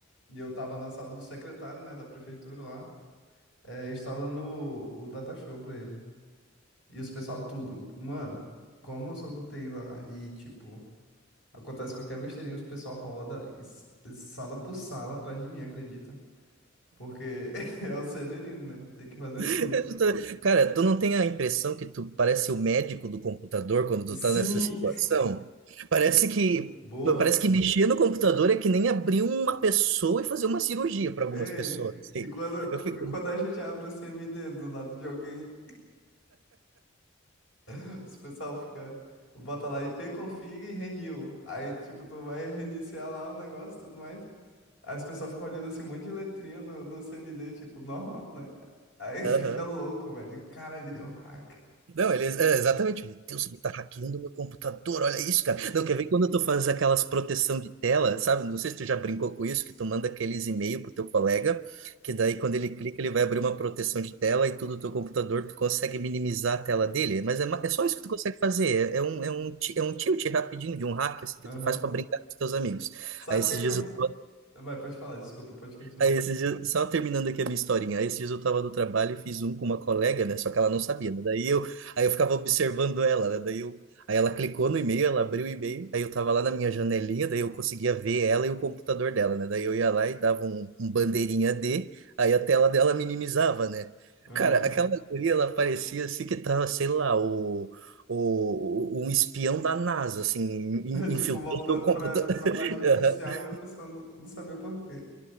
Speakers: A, on the left; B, on the right.
A: E eu tava na sala do secretário, né, da prefeitura lá, é, instalando o, o Datashow pra ele. E os pessoal tudo, mano, como eu sou do TI lá e tipo. Acontece qualquer besteirinha, os pessoal roda e s- e sala por sala atrás de mim, acredita? Porque <laughs> é o Severino, né? Tem que fazer tudo.
B: <laughs> Cara, tu não tem a impressão que tu parece o médico do computador quando tu
A: E sim!
B: tá nessa situação? Parece que
A: <laughs> Boa!
B: parece que mexer no computador é que nem abrir uma pessoa e fazer uma cirurgia para
A: Ei!
B: algumas pessoas. assim.
A: E quando,
B: Eu fico,
A: e quando a gente abre o CMD do lado de alguém, <laughs> os pessoal fica. Bota lá ipconfig e renew. Aí, tipo, tu vai reiniciar lá o negócio e tudo mais. Aí os pessoal ficam olhando assim, um monte de letrinha no, no CMD, tipo, normal, né? Aí <laughs>
B: aham.
A: fica louco, velho. Caralho, ele é um hack.
B: Não, ele é é, exatamente. Meu Deus, ele tá hackeando meu computador, olha isso, cara. Não, quer ver quando tu faz aquelas proteção de tela, sabe? Não sei se tu já brincou com isso, que tu manda aqueles e-mail pro teu colega, que daí quando ele clica, ele vai abrir uma proteção de tela e tudo do teu computador, tu consegue minimizar a tela dele. Mas é, ma- é só isso que tu consegue fazer. É, é um, é um, ti- é um tilt rapidinho de um hack assim,
A: Aham.
B: que tu faz para brincar com os teus amigos.
A: Sabe
B: Aí esses
A: o que que
B: dias
A: eu
B: eu tô
A: Vai, pode falar, desculpa, pode continuar.
B: Aí esses dias, só terminando aqui a minha historinha, aí esses dias eu tava no trabalho e fiz um com uma colega, né? Só que ela não sabia, né? Daí eu, aí eu ficava observando ela, né? Daí eu, aí ela clicou no e-mail, ela abriu o e-mail, aí eu tava lá na minha janelinha, daí eu conseguia ver ela e o computador dela, né? Daí eu ia lá e dava um, um bandeirinha D, aí a tela dela minimizava, né?
A: Aham.
B: Cara, aquela
A: <laughs>
B: guria, ela parecia assim que tava, sei lá, o, o, o- um espião da NASA, assim, in- infiltrando
A: Tipo, voltando
B: o computador.
A: pra, pra
B: <laughs>
A: página inicial e a pessoa não, não sabia o porquê.